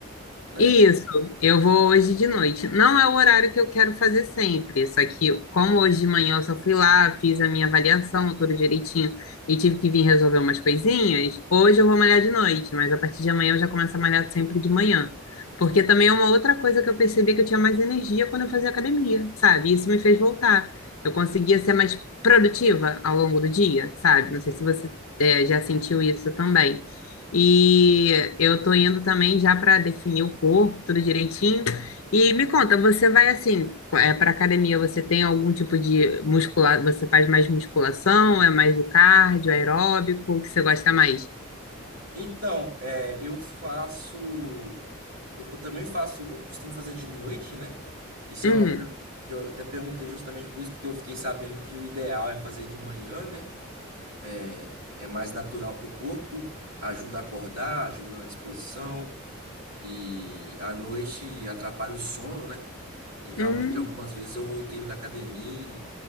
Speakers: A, on the right; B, on the left.
A: né?
B: Isso, eu vou hoje de noite. Não é o horário que eu quero fazer sempre, só que como hoje de manhã eu só fui lá, fiz a minha avaliação tudo direitinho e tive que vir resolver umas coisinhas, hoje eu vou malhar de noite, mas a partir de amanhã eu já começo a malhar sempre de manhã. Porque também é uma outra coisa que eu percebi que eu tinha mais energia quando eu fazia academia, sabe? Isso me fez voltar. Eu conseguia ser mais produtiva ao longo do dia, sabe? Não sei se você eh, já sentiu isso também. E eu tô indo também já para definir o corpo, tudo direitinho. E me conta, você vai assim, é, para academia, você tem algum tipo de muscular, você faz mais musculação, é mais o cardio, aeróbico, o que você gosta mais?
A: Então, é, eu faço. Eu co- também faço, eu costumo fazer de noite, né? Isso
B: Uhum.
A: é uma coisa que eu até perguntei justamente por isso, porque eu fiquei sabendo que o ideal é fazer de manhã, né? É, é mais natural para o corpo, ajuda a acordar, ajuda na disposição, e à noite atrapalha o sono, né? E realmente
B: Uhum.
A: algumas vezes eu voltei da academia e